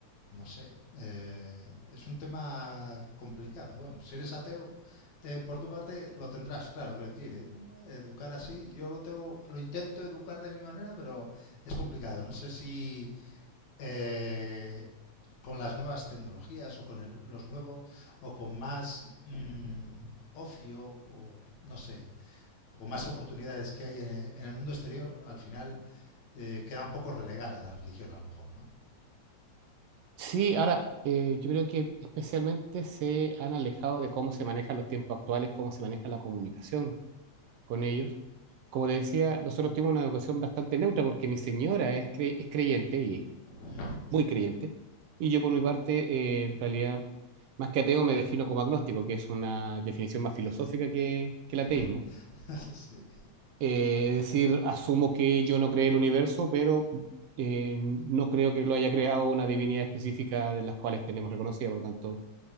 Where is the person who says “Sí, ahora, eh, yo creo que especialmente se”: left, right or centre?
Right